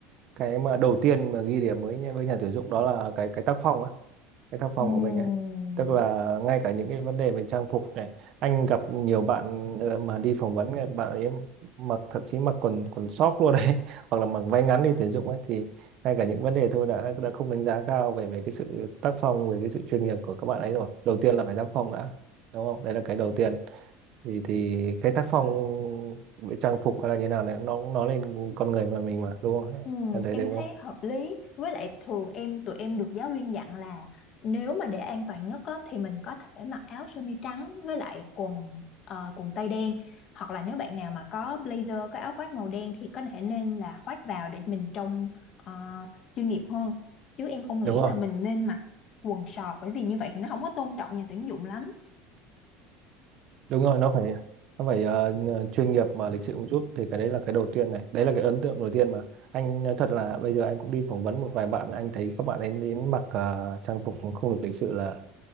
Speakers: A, on the right; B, on the left.
A: cái mà đầu tiên mà ghi điểm với nhà- với nhà tuyển dụng đó là cái cái tác phong á cái tác phong
B: Ừm.
A: của mình ấy tức là ngay cả những cái vấn đề về trang phục này anh gặp nhiều bạn ờ, mà đi phỏng vấn ấy, bạn ấy mặc thậm chí mặc quần quần sóc luôn đấy <laughs> hoặc là mặc váy ngắn đi tuyển dụng ấy thì ngay cả những vấn đề thôi đã đã không đánh giá cao về về cái sự tác phong về cái sự chuyên nghiệp của các bạn ấy rồi đầu tiên là phải tác phong đã đúng không đấy là cái đầu tiên thì thì cái tác phong về trang phục hay là như nào này nó cũng nói lên con người mà mình mà đúng không
B: Ừ,
A: em thấy
B: em
A: thế đúng
B: thấy
A: không
B: hợp lý với lại thường em tụi em được giáo viên dặn là nếu mà để an toàn nhất á, thì mình có thể mặc áo sơ mi trắng với lại quần ờ, quần tây đen hoặc là nếu bạn nào mà có blazer có áo khoác màu đen thì có thể nên là khoác vào để mình trông ờ, chuyên nghiệp hơn chứ em không nghĩ
A: đúng rồi
B: là mình nên mặc quần sọt bởi vì như vậy thì nó không có tôn trọng nhà tuyển dụng lắm
A: đúng rồi nó phải nó phải ờ, ờ, chuyên nghiệp mà lịch sự một chút thì cái đấy là cái đầu tiên này đấy là cái ấn tượng đầu tiên mà anh nói thật là bây giờ anh cũng đi phỏng vấn một vài bạn anh thấy các bạn ấy đến mặc ờ, trang phục mà không được lịch sự là